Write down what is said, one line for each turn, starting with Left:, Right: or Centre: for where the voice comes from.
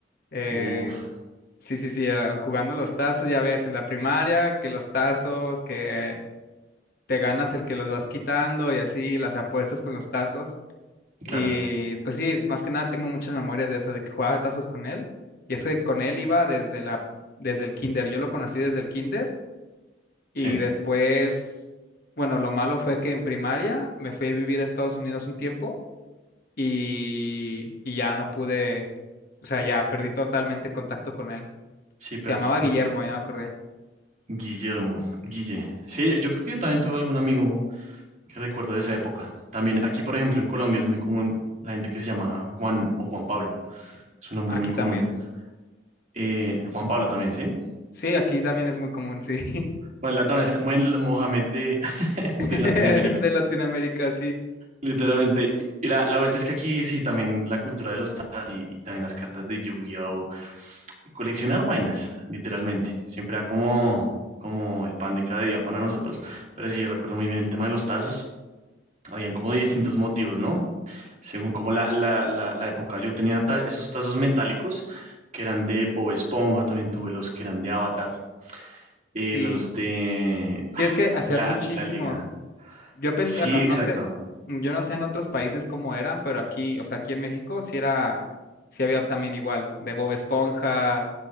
Left: Eh,
Right: uff,
Left: Sí, sí, sí, ah, jugando los tazos, ya ves, en la primaria, que los tazos, que te ganas el que los vas quitando y así las apuestas con los tazos. Y
Right: claro,
Left: pues sí, más que nada tengo muchas memorias de eso, de que jugaba tazos con él. Y es que con él iba desde la, desde el kinder. Yo lo conocí desde el kinder y
Right: sí,
Left: después, bueno, lo malo fue que en primaria me fui a vivir a Estados Unidos un tiempo y, y ya no pude, o sea, ya perdí totalmente contacto con él.
Right: sí,
Left: Se
Right: pero
Left: llamaba
Right: ese
Left: Guillermo, ya me acordé.
Right: Guillermo, Guille. Sí, yo creo que yo también tuve algún amigo que recuerdo de esa época. También aquí, por ejemplo, en Colombia es muy común la gente que se llama Juan o Juan Pablo. Es un nombre
Left: Aquí
Right: muy común.
Left: también.
Right: Eh, Juan Pablo también, ¿sí?
Left: Sí, aquí también es muy común, sí.
Right: Bueno, la también es como el Mohamed de, <laughs> de
Left: <laughs>
Right: Latinoamérica,
Left: De Latinoamérica, sí.
Right: literalmente. Y la, la vuelta es que aquí sí, también la cultura de los tazos y, y también las cartas de Yu-Gi-Oh! Coleccionar vainas, literalmente. Siempre era como, como el pan de cada día para nosotros. Pero sí, recuerdo muy bien el tema de los tazos. habían como distintos motivos, ¿no? Según como la, la, la, la época. Yo tenía ta- esos tazos metálicos que eran de Bob Esponja, también tuve los que eran de Avatar, eh,
Left: Sí,
Right: los de,
Left: sí es que hacían
Right: de la,
Left: muchísimos.
Right: la Liga.
Left: Yo pen-
Right: Sí,
Left: bueno, no
Right: exacto.
Left: sé, mm, yo no sé en otros países cómo eran, pero aquí, o sea, aquí en México sí era, sí había también igual, de Bob Esponja,